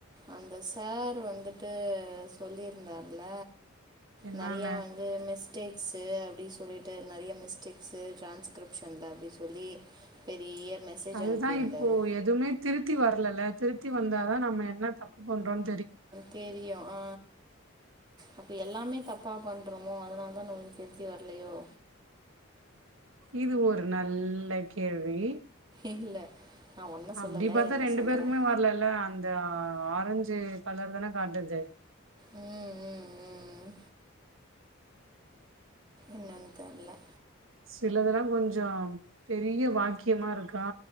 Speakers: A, on the right; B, on the right.
A: அந்த சார் வந்துட்டு சொல்லிருந்தார்ல
B: என்னான்னு
A: நெறையா வந்து மிஸ் டேக்ஸு அப்டி சொல்லிட்டு நெறைய மிஸ்டேக்ஸு ட்ரான்ஸ்கிரிப்ஷன்ல அப்டி சொல்லி பெரிய மெசேஜ்
B: அதுதா
A: அனுப்பியிருந்தார்
B: இப்போ எதுமே திருத்தி வர்லல திருத்தி வந்தா தா நம்ம என்ன தப்பு பண்றோன்
A: தெரியு ஆ அப்ப எல்லாமே தப்பா பண்றோமோ அதனால தா நம்முளுக்கு திருத்தி வர்லயோ
B: இது ஒரு நல்ல கேள்வி
A: இல்லை நான் ஒன்றை சொல்லலை
B: அப்டிபாத்தா
A: என்ன
B: ரெண்டு
A: சொல்கிறேன்
B: பேருக்குமே வர்ல இல்ல அந்த ஆ ஆரஞ்சு கலர் தான காட்டுது
A: உம் உம் உம் என்னனு தெர்ல
B: சிலதெல்லா கொஞ்சோ பெரிய வாக்கியமாருக்கா